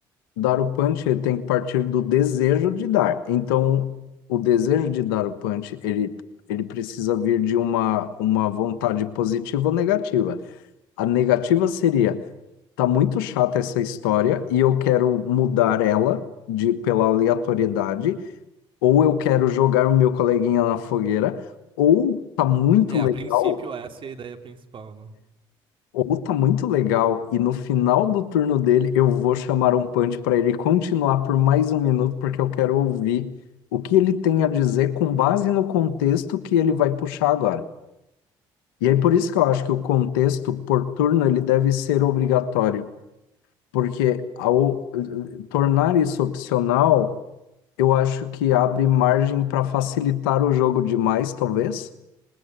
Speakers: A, on the left (about 80°); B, on the right (about 50°).
A: dar o punch ele tem que partir do desejo de dar. Então, o desejo de dar o punch, ele, ele precisa vir de uma, uma vontade positiva ou negativa. A negativa seria, tá muito chata essa história e eu quero mudar ela de pela aleatoriedade, ou eu quero jogar o meu coleguinha na fogueira, ou tá muito
B: É,
A: legal.
B: a princípio essa é a ideia principal, né?
A: Ou tá muito legal, e no final do turno dele eu vou chamar um punch para ele continuar por mais um minuto, porque eu quero ouvir o que ele tem a dizer com base no contexto que ele vai puxar agora. E aí por isso que eu acho que o contexto por turno ele deve ser obrigatório, porque ao eh, tornar isso opcional, eu acho que abre margem para facilitar o jogo demais, talvez